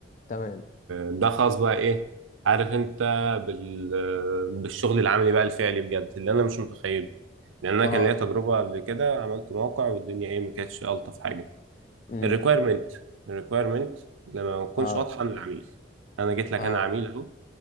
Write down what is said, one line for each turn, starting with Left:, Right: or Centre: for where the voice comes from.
Left: تمام
Right: ده خاص بقى ايه عارف انت بال... بالشغل العملي بقى الفعلي بجد اللي انا مش متخيله لان انا
Left: اه
Right: كان ليا تجربه قبل كده عملت موقع والدنيا ايه ما كانتش الطف حاجه
Left: امم
Right: الريكويرمنت الريكويرمنت لما ما تكونش
Left: اه
Right: واضحه للعميل انا جيت لك
Left: اه
Right: انا عميل اهو